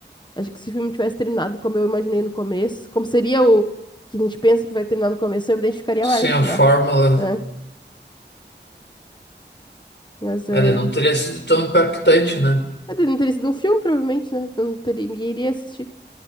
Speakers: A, on the left; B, on the left.
A: Acho que se o filme tivesse terminado como eu imaginei no começo, como seria o que a gente pensa que vai terminar no começo, eu me identificaria
B: sem
A: mais no
B: a
A: final.
B: fórmula,
A: né? Mas
B: ela
A: é.
B: não teria sido tão impactante, né?
A: é, não teria sido um filme, provavelmente, né? Não teria, ninguém iria assistir.